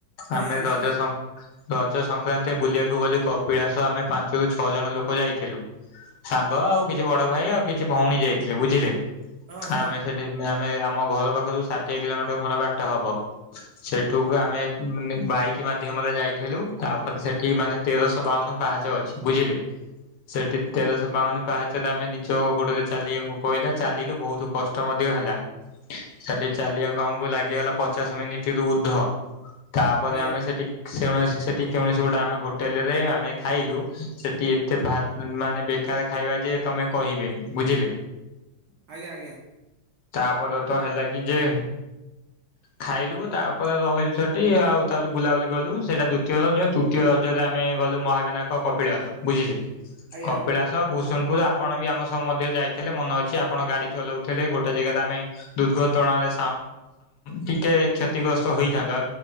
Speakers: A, on the right; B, on the left.
A: ଆଜ୍ଞା
B: ଆମେ
A: ଆଜ୍ଞା
B: ରଜ ସ ରଜ ସଂକ୍ରାନ୍ତି ବୁଲିଆକୁ ଗଲେ କପିଳାସ ଆମେ ପାଞ୍ଚରୁ ଛଅ ଜଣ ଲୋକ ଯାଇଥିଲୁ। ସାଙ୍ଗ ଆଉ କିଛି ବଡ ଭାଇ ଆଉ କିଛି ଭଉଣୀ ଯାଇଥିଲେ ବୁଝିଲେ
A: ହଁ ହଁ
B: ଆମେ ସେଠି ଆମେ ଆମ ଘର ପାଖରୁ ଷାଠିଏ କିଲୋମିଟର ଖଣ୍ଡ ବାଟ ହବ। ସେଠୁକୁ ଆମେ ବାଇକ ମାଧ୍ୟମରେ ଯାଇଥିଲୁ ତାପରେ ସେଠି ମାନେ ତେରଶହ ବାଉନ ପାହାଚ ଅଛି ବୁଝିଲେ ସେଠି ତେରଶହ ବାଉନ ପାହାଚରେ ଆମେ ନିଜ ଗୋଡରେ ଚାଲିବାକୁ କହିଲା ଚାଲିଲୁ ବହୁତ କଷ୍ଟ ମଧ୍ୟ ହେଲା ସେଠି ଚାଲିବାକୁ ଆମକୁ ଲାଗିଗଲା ପଚାଶ ମିନିଟ ଉଦ୍ଧ ତାପରେ
A: ଆଜ୍ଞା
B: ଆମେ ସେଠି ସେଠି କୌଣସି ଗୋଟେ ଆମେ ହୋଟେଲ ରେ ଆମେ ଖାଇଲୁ ସେଠି ଏତେ ବା ମାନେ ବେକାର ଖାଇବା ଯେ ତମେ କହିବେନି ବୁଝିଲେ
A: ଆଜ୍ଞା ଆଜ୍ଞା
B: ତାପରେ ତ ହେଲା କି ଯେ ଖାଇଲୁ ତାପରେ ରହିଲୁ ସେଠି ଆଉ ତାପରେ ବୁଲାବୁଲି କଲୁ ସେଇଟା ଦ୍ିତୀୟ ରଜ ତୃତୀୟ ରଜରେ ଆମେ ଗଲୁ ମହାବିନାୟକ କପିଳାସ ବୁଝିଲେ
A: ଆଜ୍ଞା
B: କପିଳାସ। ଭୁସୁନପୁର ଆପଣ ବି ଆମ ସହ ମଧ୍ୟ ଯାଇଥିଲେ ମନେ ଅଛି ଆପଣ ଗାଡି ଚଲାଉଥିଲେ ଗୋଟେ ଜାଗାାରେ ଆମେ ଦୁର୍ଘଟଣାରେ ଟିକେ କ୍ଷତିଗ୍ରସ୍ତ ହେଇଥାନ୍ତୁ ଆ